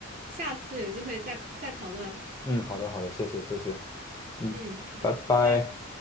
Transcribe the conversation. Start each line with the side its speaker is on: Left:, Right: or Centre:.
Right: 下次有机会再再讨论。
Left: 嗯，好的好的，谢谢谢谢，嗯，
Right: 嗯，好，
Left: 拜拜。
Right: 拜拜。